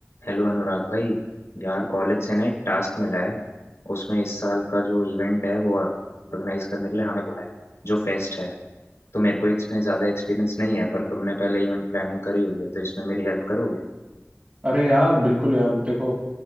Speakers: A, on the left (about 65°); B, on the right (about 30°).
A: हेलो अनुराग भाई यार कॉलेज से ना एक टास्क मिला है उसमें इस साल का जो इवेंट है वो ऑर्गेनाइज करने के लिए हमें बुलाया है जो फेस्ट है तो मेरे को इसमें ज़्यादा एक्सपीरियंस नहीं है पर तुमने पहले इवेंट प्लानिंग करी हुई है तो इसमें मेरी हेल्प करोगे
B: अरे यार बिल्कुल यार देखो